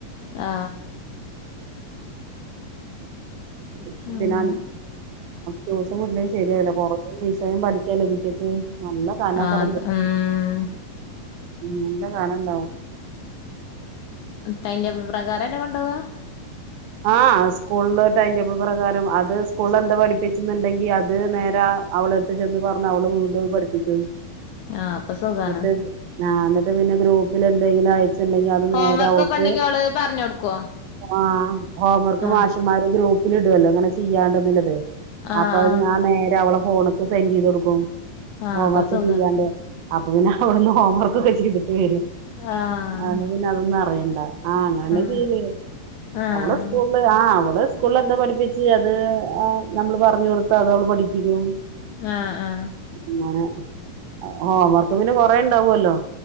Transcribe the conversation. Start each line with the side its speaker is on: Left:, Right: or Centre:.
Left: ആ
Right: <unintelligible>
Left: അങ്ങനെ
Right: ദിവസവും വിട്ടില്ലേ ശരിയാവില്ല <unintelligible> പഠിക്കാലോ വീട്ടിട്ട് നല്ല കാലാകാരന്ത
Left: ആഹ് അത് ഉം
Right: ഉം. നല്ലകാലം ഉണ്ടാവും.
Left: ടൈംടബിൾ പ്രകാരം അല്ലേ കൊണ്ടുപോവുക?
Right: ആ സ്കൂളില് ടൈം ടേബിൾ പ്രകാരം അ അത് സ്കൂളിൽ എന്താ പഠിപ്പിച്ചുന്നുണ്ടെങ്കി അത് നേരെ അവളെ എടുത്ത് ചെന്ന് പറഞ്ഞ അവള് വീണ്ടു അത്പഠിപ്പിക്കും.
Left: ആഹ് അപ്പൊ സുഖാണ്
Right: ട്ട് ആ എന്നിട്ട് പിന്നെ ഗ്രൂപ്പിൽ എന്തെങ്കിലും അയച്ച ണ്ടെങ്കിൽ അത്
Left: ഹോം
Right: നേരെ
Left: വർക്കൊക്കെ
Right: അവൾക്ക്
Left: ഉണ്ടെങ്കി അവള് പറഞ്ഞ് കൊടുക്കോ
Right: ആ ഹോംവർക്ക്
Left: ആഹ്
Right: മാഷുമാര് ഗ്രൂപ്പ് ഇടുല്ലോ? അങ്ങനെ ചെയ്യാണ്ടന്നുള്ളത്.
Left: ആഹ്
Right: അപ്പൊ
Left: ആഹ്
Right: ഞാൻ നേരെ അവളെ ഫോൺക്ക് സെന്റ് ചെയ്ത് കൊടുക്കും.
Left: ആഹ്
Right: ഹോം
Left: അപ്പൊ
Right: വർക്ക്
Left: സുഖാ
Right: ചെയ്യാണ്ട് അപ്പൊ പിന്നെ അവിടുന്ന് ഹോംവർക്ക് ഒക്കെ ചെയ്തിട്ടേ വരും.
Left: ആഹ്
Right: അതു പിന്നെ അതൊന്നും അറിയണ്ട. ആ അങ്ങനെതന്നെ
Left: ആഹ്
Right: ചെയ്യല്.
Left: ആഹ്
Right: അവള് സ്കൂളില് ആ അവള് സ്കൂളിൽ എന്താ പഠിപ്പിച്ച് അത് നമ്മള് പറഞ്ഞു കൊടുത്താ അത് അവള് പഠിപ്പിക്കും.
Left: ആ ആ
Right: അങ്ങനെ ഹോം വർക്ക് പിന്നെ കൊറേ ഉണ്ടാവുവല്ലോ?